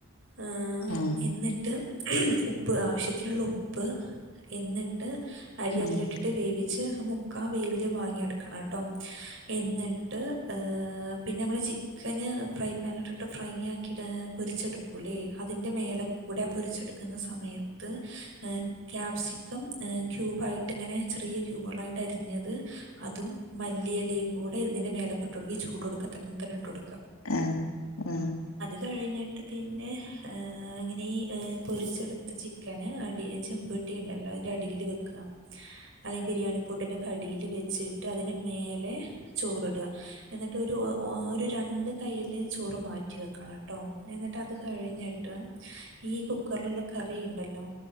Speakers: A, on the right; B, on the left.
A: ഏഹ്
B: ആ
A: എന്നിട്ട് ഉപ്പ് ആവശ്യത്തിനുള്ള ഉപ്പ് എന്നിട്ട് അരി
B: ഉം
A: അതിലിട്ടിട്ട് വേവിച്ച് മുക്കാ വേവില് വാങ്ങിയ ട്ക്കണട്ടോ എന്നിട്ട് ഏഹ് പിന്നെ മ്മള് ചിക്കന് ഫ്രൈ പാനിലിട്ടിട്ട് ഫ്രൈ ആക്കിയിട്ട് അ പൊരിച്ചെടുക്കൂലെ അതി ന്റെ മേലെക്കൂടെ പൊരിച്ചെടുക്കുന്ന സമയ ത് ക്യാപ്സിക്കം ഏഹ് ക്യൂബായിട്ട് ഇങ്ങനെ ചെറിയ ക്യൂബോളായിട്ട് അരിഞ്ഞത് അതും മല്ലിയെലേം കൂടെ ഇതിന്റെ മേലക്ക് ഇട്ട് കൊടുക്ക ഈ ചൂടോട്ക്ക ത തന്നെ ഇട്ട്വൊട്
B: ആഹ് ആഹ്
A: കഴിഞ്ഞിട്ട് പിന്നെ ഏഹ് അങ്ങനെ ഈ പൊരിച്ചെടുത്ത ചി ക്കന് അടി ചെമ്പെട്ടിയിണ്ടല്ലോ അതിന്റെ അടീല് വെക്ക അല്ലെ ബിരിയാണി പോട്ടിന്റെ ക്ക ടീല് വെച്ചിട്ട് അതിന് മേലെ ചോറിട എന്നിട്ട് ഒരു ഒ ഒര് രണ്ട് കയ്യില് ചോറ് മാറ്റി വെക്കണട്ടോ എന്നിട്ട് അത് കഴിഞ്ഞിട്ട് ഈ കുക്കറില്ള്ള കറി ഇണ്ടല്ലോ